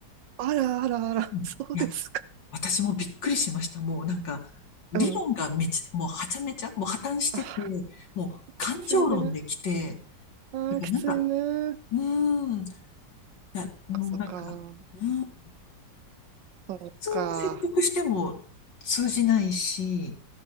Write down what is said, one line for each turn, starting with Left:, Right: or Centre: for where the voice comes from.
Right: あらあらあら、
Left: うんいや、
Right: そうですか。
Left: 私もびっくりしました。もうなんか、理論がめち、
Right: うん。
Left: もうはちゃめちゃ、もう破綻してて、
Right: あー、
Left: もう感情論できて、
Right: きついね。あー、
Left: だからなんか、
Right: きついね。
Left: うーん、いや、もうなんか、
Right: そっか、
Left: うん、
Right: そっか。
Left: 普通に説得しても通じないし、